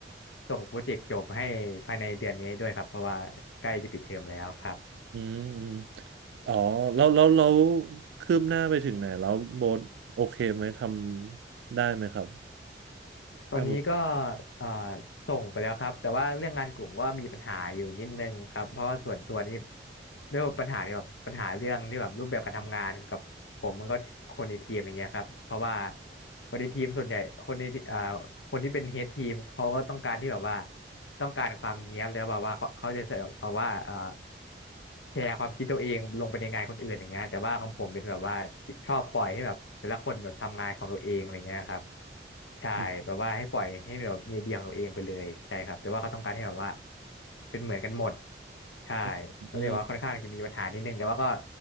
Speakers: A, on the left; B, on the right.
A: ส่งโปรเจกต์จบให้ภายในเดือนนี้ด้วยครับเพราะว่าใกล้จะปิดเทอมแล้วครับ
B: อืมอืมอ๋อแล้วแล้วแล้วคืบหน้าไปถึงไหนแล้วโบทโอเคไหมทำได้ไหมครับ
A: ตอนนี้ก็
B: ถ้าหมด
A: เอ่อส่งไปแล้วครับแต่ว่าเรื่องงานกลุ่มก็มีปัญหาอยู่นิดนึงครับเพราะว่าส่วนตัวนี่ด้วยปัญหาที่แบบปัญหาเรื่องที่แบบรูปแบบการทำงานกับผมมันก็คนในทีมอย่างเงี้ยครับเพราะว่าคนในทีมส่วนใหญ่คนในเอ่อคนที่เป็นเฮดทีมเขาก็ต้องการที่แบบว่าต้องการความเนี๊ยบแล้วแบบว่าเขาเขาจะใส่แบบว่าเอ่อ แชร์ความคิดตัวเองลงไปในงานคนอื่นอย่างเงี้ยแต่ว่าของผมเป็นแบบว่าชอบปล่อยให้แบบแต่ละคนแบบทำงานของตัวเองอะไรเงี้ยครับใช่แบบว่าให้ปล่อยให้แบบมีไอเดียของตัวเองไปเลยใช่ครับแต่ว่าเขาต้องการให้แบบว่า
B: อืม
A: เป็นเหมือนกันหมดใช่
B: อืมอืม
A: ก็เลยว่าค่อนข้างจะมีปัญหานิดนึงแต่ว่าก็